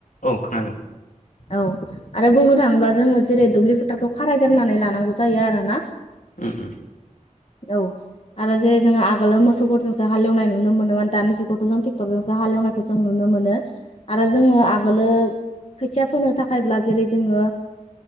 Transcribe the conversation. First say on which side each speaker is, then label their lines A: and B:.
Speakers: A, on the left; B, on the left.
A: औ खोनादों
B: औ आरो बुंनो थाङोब्ला जोङो जेरै दुब्लि फोथारखौ खारायग्रोनानै लानांगौ जायो आरो ना
A: ओम ओम
B: औ आरो जेरै जोङो आगोलो मोसौफोरजोंसो हालेवनाय नुनो मोनोमोन दानि जुगावथ' जों ट्रेक्टरजोंसो हालेवनाय खौ जों नुनो मोनो आरो जोङो आगोलो खोथिया फोनो थाखायब्ला जेरै जोङो